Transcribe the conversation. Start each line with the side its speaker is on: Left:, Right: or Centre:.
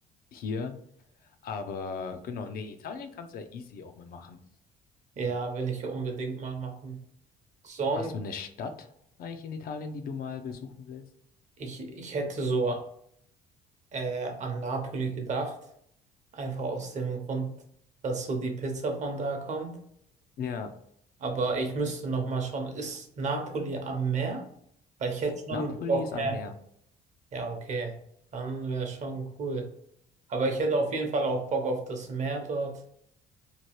Left: hier. Aber genau, nee, Italien kannst du ja easy auch mal machen.
Right: Ja, will ich unbedingt mal machen. Sonst,
Left: Hast du eine Stadt eigentlich in Italien, die du mal besuchen willst?
Right: ich, ich hätte so. äh, an Napoli gedacht. Einfach aus dem Grund, dass so die Pizza von da kommt.
Left: Ja.
Right: Aber ich müsste noch mal schauen, ist Napoli am Meer? Weil ich hätte schon
Left: Napoli
Right: Bock
Left: ist
Right: auf Meer.
Left: am Meer.
Right: Ja, okay. Dann wäre schon cool. Aber ich hätte auf jeden Fall auch Bock auf das Meer dort.